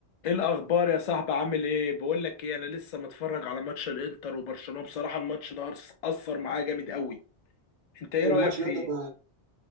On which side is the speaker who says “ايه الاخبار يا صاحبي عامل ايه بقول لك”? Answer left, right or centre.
Left